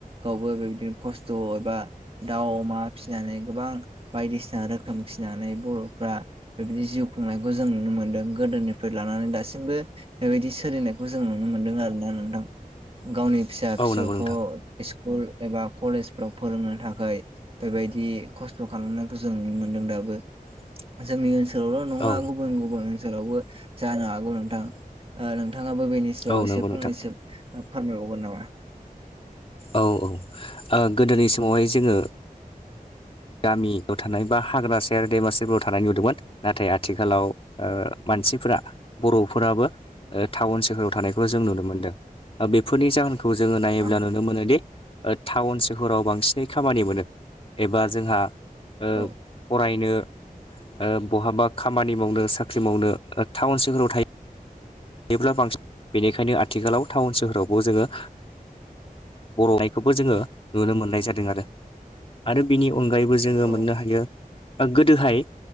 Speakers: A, on the right; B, on the left.
A: गावबो बेबायदिनो खस्थ एबा दाउ अमा फिसिनानै गोबां बायदिसिना रोखोम फिसिनानै बर'फ्रा बेबायदि जिउ खुंनायखौ जों नुनो मोनदों गोदोनिफ्राय लानानै दासिमबो बेबायदि सोलिनायखौ जों नुनो मोनदों आरोना नोंथां गावनि फिसा फिसौखौ
B: औ नंगौ नोंथां
A: स्कुल एबा कलेजफ्राव फोरोंनो थाखाय बेबायदि खस्थ खालामनायखौ जों नुनो मोनदों दाबो जोंनि ओनसोलावल न ङा
B: औ
A: गुबुन गुबुन ओनसोलावबो जानो हागौ नोंथां नोंथाङाबो बेनि सायाव
B: औ
A: एसे
B: नंगौ
A: फंनैसो
B: नोंथां
A: फोरमायबावगोन नामा
B: औ औ ओ गोदोनि समावहाय जोङो गामियाव थानाय बा हाग्रा सेर देमासिफोराव थानाय नुदोंमोन नाथाय आथिखालाव ओ मानसिफोरा
A: औ
B: बर'फोराबो ओ टाउन सोहराव थानायखौ जों नुनो मोनदों बेफोरनि जाउ खौ जोङो नायोब्ला
A: औ
B: नुनो मोनोदि ओ टाउन सोहोराव बांसिनै खामानि मोनो एबा जोंहा ओ
A: औ
B: फरायनो ओ बहाबा खामानि मावनो साख्रि मावनो टाउन सोहोराव थायो थब्ला बांसिन बेनिखायनो आथिखालाव टाउन सोहोरावबो जोङो बर'इखौबो जोङो नुनो मोननाय जादों आरो। आरो बिनि अनगायैबो जोङो
A: औ
B: मोननो हायो ओ गोदोहाय